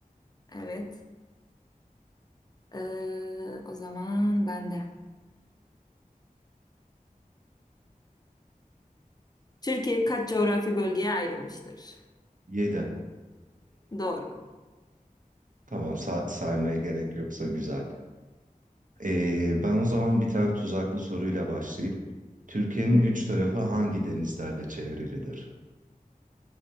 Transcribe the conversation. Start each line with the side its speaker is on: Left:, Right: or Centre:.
Left: Evet. Ee, o zaman ben de. Türkiye kaç coğrafi bölgeye ayrılmıştır?
Right: 7.
Left: Doğru.
Right: tamam sa- saymaya gerek yoksa güzel. Ee, ben o zaman bir tane tuzaklı soruyla başlayayım. Türkiye'nin
Left: Hı.
Right: üç tarafı hangi denizlerle çevrilidir?